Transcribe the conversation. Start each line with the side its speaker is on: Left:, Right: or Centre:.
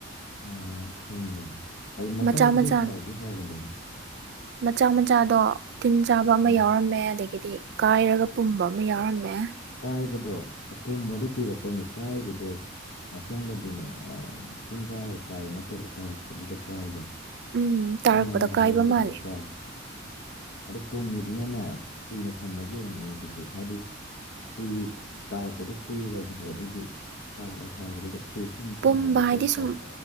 Left: ꯑꯣ ꯊꯨꯝꯕ ꯍꯥꯏ ꯃꯆꯥꯁꯤꯗ
Right: ꯃꯆꯥ ꯃꯆꯥ
Left: ꯍꯥꯎꯗꯤ ꯍꯥꯎꯒꯅꯦꯍꯦ
Right: ꯃꯆꯥ ꯃꯆꯥꯗꯣ ꯇꯤꯟ ꯆꯥꯕ ꯑꯃ
Left: ꯑꯥ
Right: ꯌꯥꯎꯔꯝꯃꯦ ꯑꯗꯒꯤꯗꯤ ꯀꯥꯏꯔꯒ ꯄꯨꯝꯕ ꯑꯃ ꯌꯥꯎꯔꯝꯃꯦ
Left: ꯀꯥꯏꯕꯗꯣ ꯑꯄꯣꯝꯕꯗꯣ ꯀꯨꯏꯔꯛꯄꯩꯅꯦ ꯀꯥꯏꯔꯤꯗꯣ ꯑꯁꯦꯡꯕꯗꯤꯅꯦ ꯇꯤꯟ ꯆꯥꯔꯒ ꯀꯥꯏꯕ ꯅꯠꯇꯦ ꯑꯣꯣꯠ ꯇꯥꯔꯛꯄꯗꯨꯗ ꯀꯥꯏꯕꯅꯦ
Right: ꯎꯝ ꯇꯥꯔꯛꯄꯗ
Left: ꯑꯩ ꯅꯪꯉꯣꯟꯗ
Right: ꯀꯥꯏꯕ
Left: ꯍꯥꯏꯕꯒꯦ
Right: ꯃꯥꯂꯦ
Left: ꯇꯧꯔ ꯀꯥꯎ ꯑꯗꯨ ꯄꯣꯝꯃꯤꯗꯨꯅꯅꯦ ꯀꯨꯏꯅ ꯊꯝꯕꯒꯤ ꯑꯣꯏꯅꯤ ꯑꯗꯨꯗꯤ ꯍꯥꯏꯗꯤ ꯀꯨꯏ ꯇꯥꯔꯛꯄꯗꯣ ꯀꯨꯏꯕꯅꯦꯕ ꯑꯗꯨꯒꯤ ꯁꯥꯂ ꯁꯥꯕꯗꯨꯗ ꯐ꯭ꯔꯤꯖꯇꯅ
Right: ꯄꯨꯝꯕ
Left: ꯊꯝꯃꯗꯤ
Right: ꯍꯥꯏꯗꯤ
Left: ꯈꯔ
Right: ꯁꯨꯝ
Left: ꯐꯕ